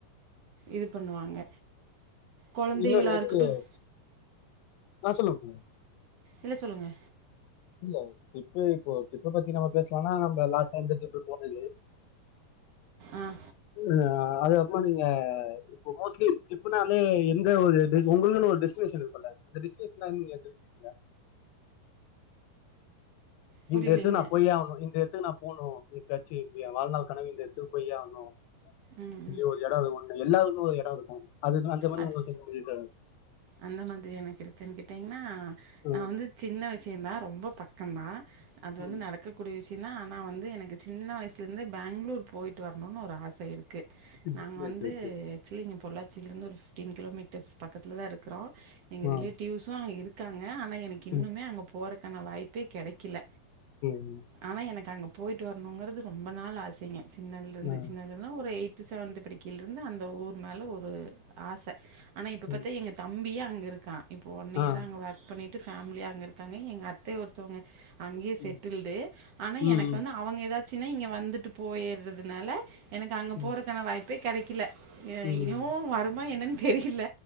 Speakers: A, on the right; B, on the left.
A: இது பண்ணுவாங்க குழந்தைகளாக
B: இன்னு நேத்து
A: இருக்கட்டும்
B: ஆ சொல்லுங்க சொல்லுங்க
A: இல்ல சொல்லுங்க
B: இல்ல ட்ரிப்பு இப்போ ட்ரிப்ப பத்தி நம்ம பேசலானா நம்ப லாஸ்ட் டைம் இந்த ட்ரிப்பு போனது
A: ஆ
B: ம் அதுக்கப்றோ நீங்க இப்போ மோஸ்ட்லி ட்ரிப்புனாலே எந்த ஒரு இது உங்குளுனு ஒரு டெஸ்டினேஷன் இருக்குல அந்த டெஸ்டினேஷனா என்னா நீங்க தெரிஞ்சிகனுல
A: புரியலைங்க
B: இந்த எடத்துக்கு நா போயே ஆவணு இந்த எடத்துக்கு நா போணு எப்பயாச்சு இது எ வாழ்நாள் கனவு இது இது போயே ஆவணு
A: ம்
B: சொல்லி
A: ம்
B: ஒரு எடோ இருக்கு ஒன்னு எல்லாருக்கு ஒரு எடோ இருக்கும் அதுனா அந்த மாரி
A: அது
B: உங்குளுக்கு எதா தெரிதா
A: அந்த மாதிரி எனக்கிருக்கான் கேட்டீங்னா
B: ம்,
A: நா வந்து சின்ன விஷயோந்தா ரொம்ப பக்கந்தா அது வந்து
B: ம்,
A: நடக்கக்கூடிய விஷ் என்னா நா வந்து எனக்கு சின்ன வய்சுல இருந்து பேங்ளூர் போய்ட்டு வரணுனு ஒரு ஆச இருக் க்கு
B: ம்,
A: நாங்க வந்து
B: ஓகே ஓகே
A: ஆக்சுலி இங்க பொள்ளாச்சில்ருந்து ஒரு ஃபிஃப்டீன் கிலோமீட்டர்ஸ் பக்கத்துலதா இருக்கறோ எங்க
B: ஆ
A: ரிலேட்டிவ்ஸு அங்க இருக்காங்க ஆனா எனக் இன்னுமே
B: ம்
A: அங்க போறக்கான வாய்ப்பே கெடைக்கில
B: ம்
A: ஆனா எனக்கு அங்க போய்ட்டு வர்ணுங்கற்து ரொம்ப நாள் ஆசைங்க சின்னதுலருந்து
B: ஆ
A: சின்னதுலருந்துனா ஒரு எய்து செவன்து படிக்கில்ருந்து அந்த ஊர் மேல ஒரு ஆச ஆனா இப்ப பாத்தா
B: ம்
A: எங்க தம்பியே அங்கருக்கா இப்ப ஒன் இயரா
B: ஆ
A: அங்க ஒர்க் பண்ணிட் வித்து ஃபேமிலியா அங்க இருக்காங்க எங்க அத்த ஒருத்தொவ்ங்க அங்யே செட்டில்டு
B: ம்
A: ஆனா
B: ம்
A: எனக்கு வந்து அவங்க ஏதாச்சுனா இங்க வந்துட்டு போயிற்றதுனால எனக்கு அங்க
B: ம்
A: போறக்கான
B: ம்
A: வாய்ப்பே கடைக்குள
B: ம்
A: இனு வருமா என்னன் தெரியில்ல